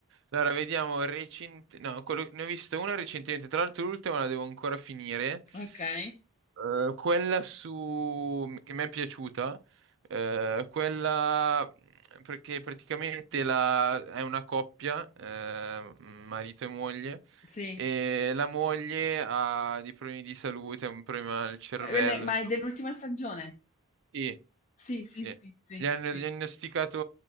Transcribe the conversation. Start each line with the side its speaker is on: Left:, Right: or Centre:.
Right: Allora, vediamo, recente... no, quello- ne ho vista una recentemente, tra l'altro l'ultima la devo ancora finire.
Left: Okay,
Right: Eh, quella su... che mi è piaciuta, eh, quella perché praticamente la... è una coppia, eh, marito e moglie,
Left: sì.
Right: e la moglie ha dei problemi di salute, ha un problema al cervello,
Left: Quelle ma
Right: insomma.
Left: è dell'ultima stagione?
Right: Sì.
Left: Sì, sì,
Right: Sì.
Left: sì, sì,
Right: Gli hanno
Left: sì,
Right: diagnosticato